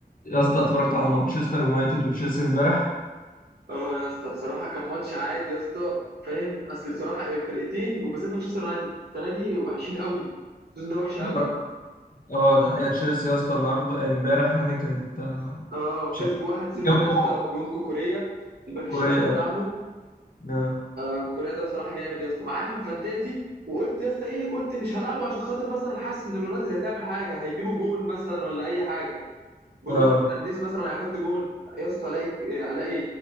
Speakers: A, on the left; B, on the right.
A: يا اسطى اتفرجت على مانشستر يونايتد وتشيلسي امبارح
B: اه يا اسطى بصراحه كان ماتش عادي يا اسطى فاهم اصل بصراحه الفرقتين وبالذات مانشستر يونايتد السنه دي وحشين قوي السيزون ده وحش قوي
A: اه آه، ده حقيقة تشيلسي يا اسطى النهارده آه، امبارح يعني كانت آه،
B: اه
A: مش
B: كسبوا
A: عارف،
B: 1-0
A: جابوا
B: يا
A: جول
B: اسطى بجون كوكوريا الباك
A: كوريا
B: الشمال
A: اه
B: بتاعهم
A: اه
B: آه كوكوريا ده بصراحه جامد يا اسطى معاه في الفانتازي وقلت يا اسطى ايه قلت مش هلعبه عشان خاطر مثلا حاسس ان اليونايتد هتعمل حاجه هيجيبوا جون مثلا ولا اي حاجه برونو
A: آه،
B: فرنانديز مثلا هيحط جون يا اسطى الاقي الاقي